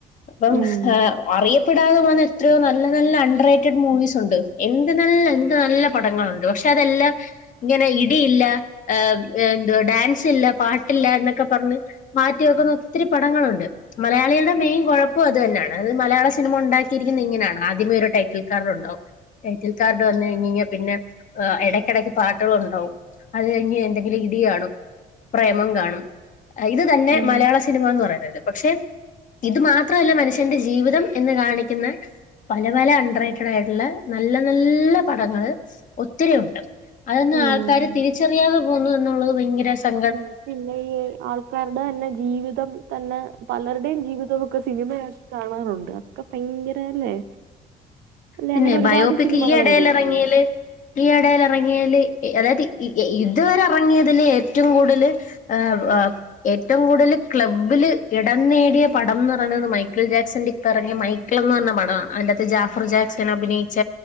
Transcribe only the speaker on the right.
ഉം
ഉം
ഉം
ഉം പിന്നെ ഈ ആൾക്കാരുടെ തന്നെ ജീവിതം തന്നെ പലര്ടെം ജീവിതോം. ക്കെ സിനിമയാക്കി കാണാറുണ്ട് അതൊക്കെ ഭയങ്കര അല്ലേ? അല്ലെ
അങ്ങനെ ഒരുപാട്
സിനിമകൾ
അതിലേക്കില്ലേ